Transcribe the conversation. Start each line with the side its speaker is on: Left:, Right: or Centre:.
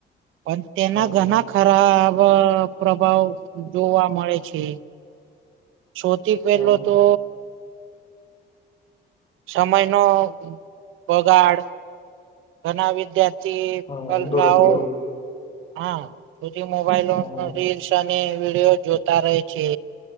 Right: પણ તેના ઘણા
Left: હમ
Right: ખરાબ પ્રભાવ જોવા મળે છે. સૌથી પહેલો
Left: હમ
Right: તો. સમય નો બગાડ. ઘણા વિદ્યાર્થી
Left: હમ હમ દુરુપયોગ
Right: કલાઓ, હા. સુધી મોબાઈલો
Left: હમ હમ
Right: રીલ્સ અને વિડીયો જોતા રહે છે.